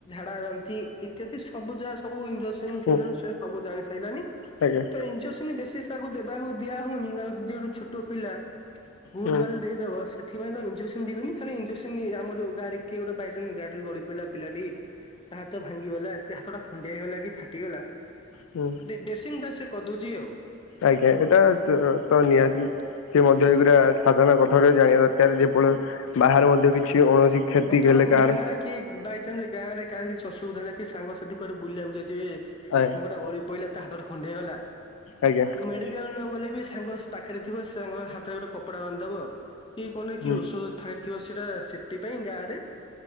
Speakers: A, on the left; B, on the left.
A: ବାନ୍ତି ଇତ୍ୟାଦି ସବୁ ଯାହା ସବୁ ଇେସ
B: ହୁଁ
A: ସେ ସବୁ ଜାଣି ସାରିଲାନଣି
B: ଆଜ୍ଞା
A: ତ ଇଞ୍ଜେକ୍ସନ ବେଶୀ ତାକୁ ଦେବାକୁ ଦିଆ ହଉନି କାରଣ ଯଉଠୁ ଛୋଟ ପିଲା ଭୁଲ
B: ହୁଁ
A: ବାଲଲି ଦେଇଦବ ସେଥିପାଇଁ ତ ଇଞଜେକ୍ସନ ଦିଅନି ଖାଲି ଇଞଜେସନ ଆମ ଯୋଉ ଗାଡି କିଏ ଗୋଟେ ବାଇଚନ୍ସ ଗାଡିରେ ଗଳି ପିଲା ପିଲାଟି ତା ହାତ ଭାଙ୍ଗିଗଲା ତା ହାତ ଟା ଖଣ୍ଡିଆ ହେଇଗଲା କି ଟିଗଲା
B: ହୁଁ
A: ଡେସି ଟା ସେ କରିଦଉଛି ଆଉ।
B: ଆଜ୍ଞା ଏଟା ତ ନିହାତି ସଏ ମଧ୍ୟ ଏଇ ଗୁରା ସାଧାରଣ କଥା ଗୁେ ଜାଣିବା ଦରକାର ଯେପଳୁ ବାହାରେ ମଧ୍ୟ କିଛି କୌଣସି କ୍ଷତି
A: ବର୍ତ୍ତମାନ
B: ହେଲେ କାହାର
A: ବାହାରେ କି ବାଇଚନ୍ସ ଗାଁ ରେ କାଛି ଅ ବଧ ହେଲା କି ସାଙ୍ଗ ସେଠୁ ଗଡେ ବୁଲିବାକୁ ଯଦି
B: ଆଜ୍ଞା
A: ସାଙ୍ଗ ଟା ଗଳି ପଇଲ। ତା ହାତ ଟା ଖଣ୍ଡିଆ। ହେଇଗଲା
B: ଆଜ୍ଞା
A: ମେଡିକାଲ ନ ଗଲେ ବି ସାଙ୍ଗ ପାଖରେ ଥିବ ସେ ସାଙ୍ଗ ହାତରେ ଗୋଟେ କପଡା ବାନ୍ଧିଦବ କି କଣରେ
B: ହୁଁ
A: କି ଔଷଧ କ ଥିବା ସେଇଟା ସେଫ୍ଟି ପାଇଁ ଗାଁ ରେ